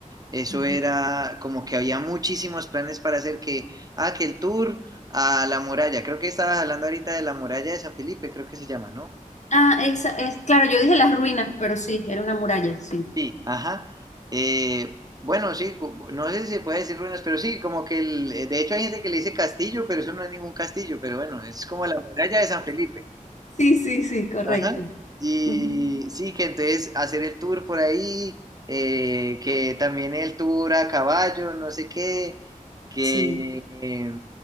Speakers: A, on the right; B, on the left.
A: eso
B: Ujú.
A: era como que había muchísimos planes para hacer que, ah, que el tour a la muralla, creo que estabas hablando ahorita de la muralla de San Felipe, creo que se llama, ¿no?
B: Ah, esa es, claro, yo dije las ruinas, pero sí, era una muralla, sí.
A: Sí, ajá. Eh, bueno, sí, cu- no sé si se puede decir ruinas, pero sí, como que el, eh, de hecho hay gente que le dice castillo, pero eso no es ningún castillo, pero bueno, es como la muralla de San Felipe.
B: Sí, sí, sí, correcto.
A: Ajá. Y
B: Ujú.
A: sí, que entonces hacer el tour por ahí, eh, que también el tour a caballo, no sé qué, que...
B: Sí.
A: eh,